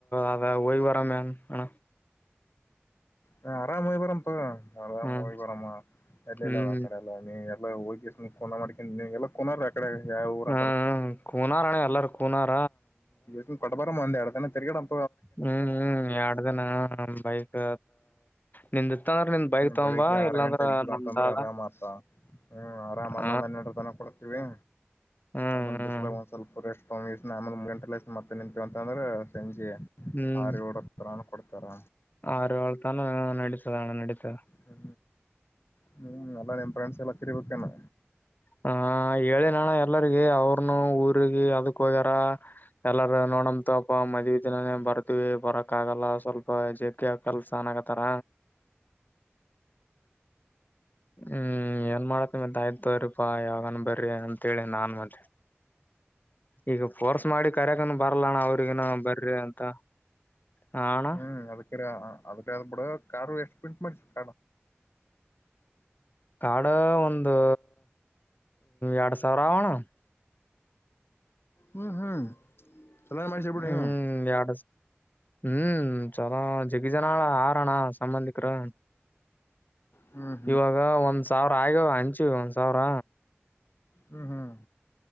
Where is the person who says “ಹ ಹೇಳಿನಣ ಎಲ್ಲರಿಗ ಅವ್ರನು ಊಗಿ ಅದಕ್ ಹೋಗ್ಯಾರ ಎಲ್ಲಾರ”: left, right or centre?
Left